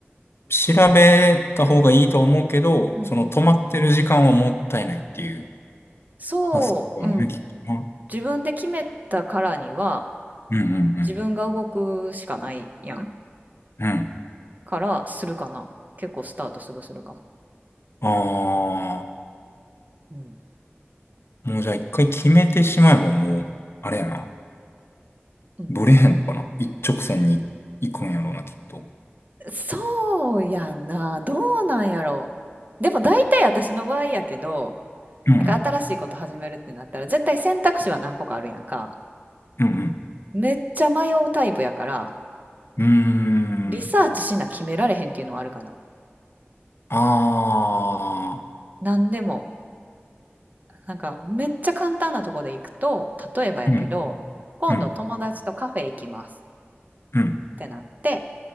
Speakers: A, on the left; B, on the right.
A: 調べた方がいいと思うけど、
B: うんうん。
A: その、止まってる時間はもったいないっていう
B: そう、
A: 発想ね、
B: うん。
A: きっとな。
B: 自分で決めたからには
A: うん。うん。うん。
B: 自分が動くしかないやん
A: うん。
B: からするかな結構スタートすぐするかも、
A: あ
B: うん
A: あ。もう、じゃあ、一回決めてしまえば、もう、あれやな。
B: うん
A: ブレへんのかな。一直線に行くんやろうな、きっと。
B: そうやなどうなんやろうでも大体私の場合やけど
A: うん。
B: なんか新しいこと始めるってなったら絶対選択肢は何個かあるやんか
A: うん。うん。
B: めっちゃ迷うタイプやから
A: うーん。
B: リサーチしな決められへんっていうのはあるかな
A: ああ。
B: 何でもなんかめっちゃ簡単なとこで行くと例えばやけど今度友達とカフェ行きます
A: うん。うん。うん。
B: ってなって、